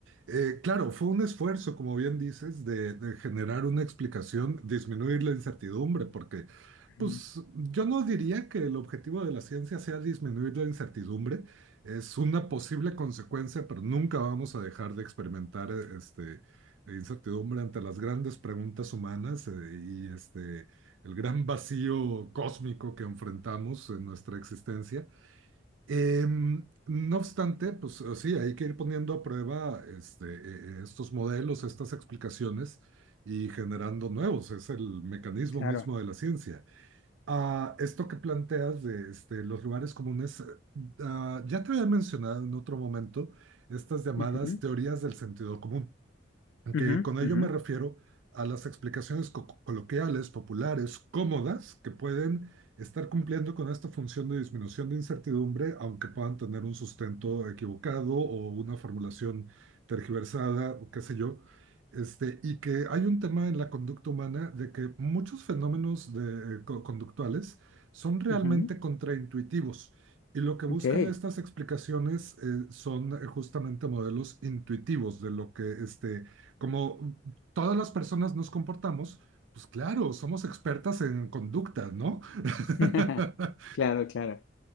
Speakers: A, on the right (about 80°); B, on the left (about 85°).
A: Eh, claro, fue un esfuerzo, como bien dices, de, de generar una explicación, disminuir la incertidumbre, porque, pues,
B: Ujú,
A: yo no diría que el objetivo de la ciencia sea disminuir la incertidumbre, es una posible consecuencia, pero nunca vamos a dejar de experimentar, eh, este, incertidumbre ante las grandes preguntas humanas, eh, y este, el gran vacío cósmico que enfrentamos en nuestra existencia. Em, no obstante, pues eh, sí, hay que ir poniendo a prueba este, eh, eh, estos modelos, estas explicaciones y generando nuevos. Es el mecanismo
B: Claro.
A: mismo de la ciencia. Ah, esto que planteas de este, los lugares comunes, eh, ah, ya te había mencionado en otro momento estas llamadas
B: Ujú,
A: teorías del sentido común que
B: ujú,
A: con ello
B: ujú,
A: me refiero a las explicaciones co- coloquiales, populares, cómodas, que pueden estar cumpliendo con esta función de disminución de incertidumbre, aunque puedan tener un sustento equivocado o una formulación tergiversada, o qué sé yo. Este, y que hay un tema en la conducta humana de que muchos fenómenos de, eh, co- conductuales son realmente
B: ujú.
A: contraintuitivos. Y lo que buscan
B: Ok.
A: estas explicaciones eh, son eh, justamente modelos intuitivos de lo que este, como todas las personas nos comportamos, pues claro, somos expertas en conducta, ¿no? <laughs>
B: <laughs> Claro, claro.